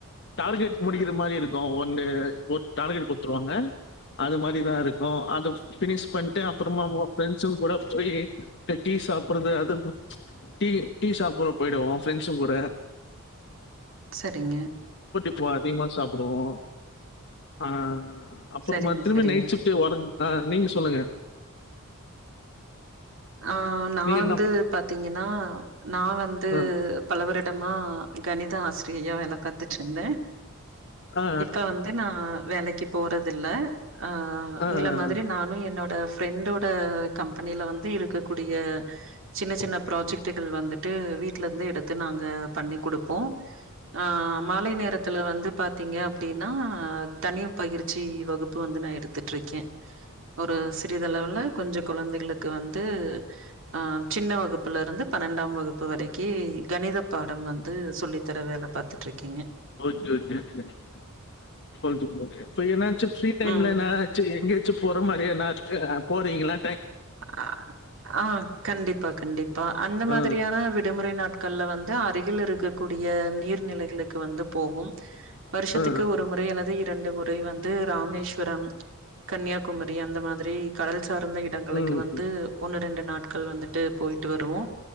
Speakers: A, on the left; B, on the right.
A: டார்கெட் முடிக்கிற மாரி இருக்கும் ஒன்டே ஒரு டார்கெட் ருவாங்க அது மாதிரிதான் இருக்கும் அது பினிஷ் பண்ணிட்டு அப்புறமா ஃப்ரெண்ட்ஸுங்க கூட போய் டீ சாப்பிடறது அது டீ டீ சாப்புடுறோம் போயிடுவோம் ஃப்ரெண்ட்ஸுங்க கூட
B: சரிங்க
A: இப்ப அதிகமா சாப்பிடுவோம் ஆஹ் அப்புறமா
B: சரிங்க
A: திரும்ப
B: சரிங்க
A: நைட் ஷிஃப்டே வரு ஆஹ் நீங்க சொல்லுங்க
B: ஆஹ் நான்
A: நீங்க
B: வந்து
A: என்ன
B: பாத்தீங்கன்னா நான் வந்து
A: ஆ
B: பலவரு டமா கணித ஆசிரியையா வேலை பாத்துட்டு இருந்தேன்
A: ஆ
B: இப்ப வந்து நான் வேலைக்கு போறதில்ல ஆஹ்
A: ஆ ஆ ஆ
B: உங்களை மாதிரி நானும் என்னோட ஃப்ரெண்டோட கம்பெனில வந்து து இருக்கக்கூடிய சின்னச் சின்ன ப்ராஜெக்டுகள் வந்துட் து வீட்லந்து எடுத்து நாங்க பண்ணி குடுப்போம் ஆ மாலை நேரத்துல வந்து பாத்தீங்க அப் டீன்னா தனியுப் பயிற்சி வகுப்பு வந்து நா எடுத்துட்ருக்கேன் ஒரு சிறிதளவுல கொஞ்சப் குழந்தைகளுக் க்கு வந்து ஹ சின்ன வகுப்புல இருந்து பன்னெண்டாம் வகுப்பு வரைக்கி கணித பாடம் வந்து சொல்லித்தர வேல பாத்துட்டிருக்கீங்க
A: ஓக்கே க்கே <unintelligible> என்னச்சி ஃப்ரி டைம்லனாச்சி
B: ம்
A: எங்க ச்சு போற மாரியன்னாக்கு போறீங்கிளா
B: அஅஅ ஆஹ் கண்டிப்பா கண்டிப்பா அந்த மாதிரியான
A: ஆ,
B: விடுமுறை நாட்கள்ல வந்து அருகில் இருக்கு கூடிய நீர்நிலைகளுக்கு வந்து போகு வருஷத்துக்கு
A: ஆ,
B: ஒரு முறை என்னது இ டெண்டு முறை வந்து ராமேஸ்வரம் கன்னியகுமரி அந்த மாதுரி கடல் சார்ந்த டங்களுக்கு
A: ம்,
B: வந்து ஒன்னு ரெண்டு நாட் கள் வந்துட்டு போய்ட்டு வருவோ